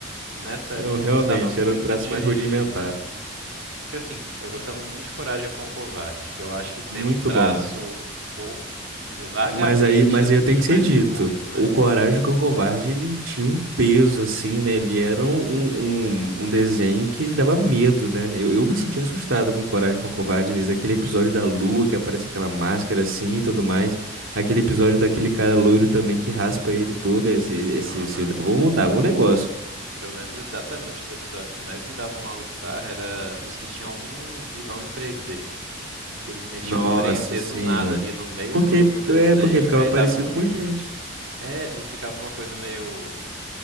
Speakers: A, on the right; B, on the right.
A: nessa
B: Não,
A: época
B: realmente,
A: eu gostava muito
B: era o traço
A: de
B: mais rudimentar.
A: porque assim, eu gostava muito de Coragem com o Covarde, que eu acho que tem
B: Muito
A: um traço
B: bom.
A: um pouco vagamente
B: Mas aí, mas
A: assim,
B: aí eu tenho que
A: mas
B: ser dito.
A: muito mais.
B: O Coragem com o Covarde, ele tinha um peso, assim, né? Ele era um, um, um desenho que ele dava medo, né? Eu, eu
A: Uhum.
B: me sentia assustado com Coragem com o Covarde. às vezes, Aquele episódio da lua, que aparece aquela máscara assim e tudo mais. Aquele episódio daquele cara loiro também que raspa ele todo. Esse, esse,
A: Aham.
B: esse dava um, dava um negócio.
A: Eu lembro exatamente os episódios que mais me davam mal-estar era os que tinham algum vilão em 3D. Que eles metiam
B: Nossa,
A: um 3D
B: sim,
A: do nada
B: mano.
A: ali no meio
B: Porque,
A: do, do desenho,
B: é porque ficava
A: e aí
B: parecido
A: davam um.
B: com gente.
A: É, e ficava uma coisa meio.